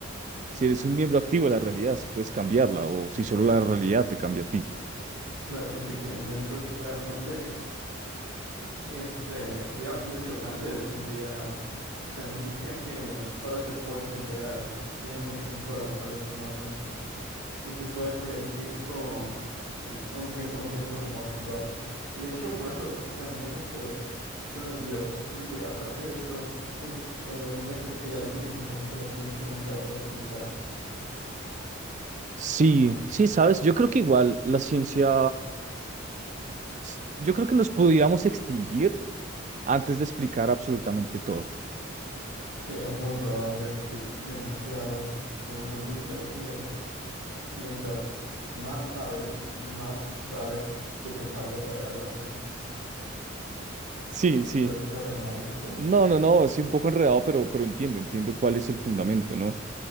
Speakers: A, on the right; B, on the right.
A: si eres un miembro activo de la realidad, si puedes cambiarla o si solo la realidad te cambia a ti.
B: Claro, <laughs> efectivamente. Yo creo que sería bastante, este, sería bastante chocante si un día se anuncia que ahora se puede entender al 100% a, lo- a los humanos. y se puede predecir con un, un 100% cómo van a actuar. Y de hecho, por eso también este, creo en Dios, porque aparte de eso, es- eh, me gustaría creer que hay algo que simplemente la ciencia nunca va a poder explicar.
A: Sí, sí, sabes, yo creo que igual la ciencia, s- yo creo que nos pudiéramos extinguir antes de explicar absolutamente todo.
B: Sí, es muy probable, porque demasiado. Y bueno, el dicho de que mientras más sabes, más sabes que te falta saber, algo así.
A: Sí, sí.
B: Lo dijo re mal. <laughs>
A: No, no, no, sí, un poco enredado, pero, pero entiendo, entiendo cuál es el fundamento, ¿no?